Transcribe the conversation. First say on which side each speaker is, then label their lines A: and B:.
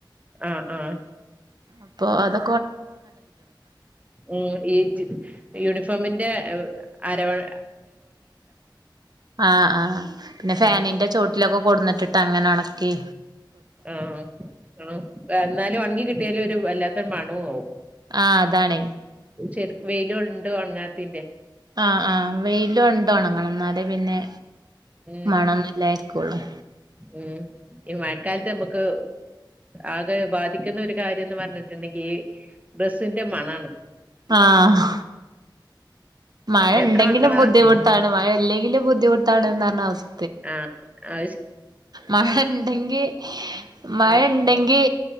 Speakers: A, on the right; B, on the right.
A: ആഹ ആഹ
B: അപ്പൊ അതൊ
A: ഉ ഇ ജ യൂണിഫോമിൻ ന്റെ ആരവണ
B: ആഹ ആഹ് പിന്നെ ഫാനിന്റെ
A: ഉം
B: ചോട്ടിലൊക്കെ കൊടുന്നിട്ടിട്ട് അങ്ങനെ ഉണക്കി
A: ആഹ ആ എന്നാലും ഒണങ്ങി കിട്ടിയാലും ഒരു വല്ലാത മണോ വും
B: ആഹ അതാണ്
A: ചെ വെയിലുണ്ട് ഒണങ്ങാത്തിന്റെ
B: ആഹ ആഹ വെയില ഉണ്ട ഉണങ്ങണം എന്നാല് പിന്നെ
A: ഉം
B: മണൊന്നുല്ലാ കുളം
A: ഉം ഈ മഴക്കാലത്തെ നമുക്ക് ആകെ ബാധിക്കുന്ന ഒരു കാര്യംന്ന് പറഞ്ഞിട്ടുണ്ടെങ്കിൽ ഈ ഡ്രസ്സിന്റെ മണാണ്
B: ആഹ മഴ ഉണ്ടെങ്കിലും
A: എത്ര മക്കളാ
B: ബുദ്ധിമുട്ടാണ് മഴ ഇല്ലെങ്കിലും ബുദ്ധിമുട്ടാണ് എന്ന് റഞ്ഞ അവസ്
A: ആഹ ആ
B: മഴ ഉണ്ടെങ്കി മഴ
A: ഉം
B: ഉണ്ടെങ്കി